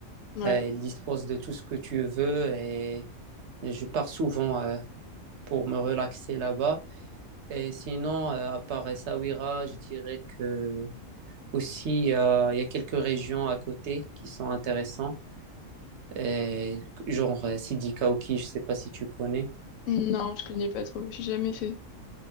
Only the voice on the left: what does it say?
Ouais.
Non, je connais pas trop. J'ai jamais fait.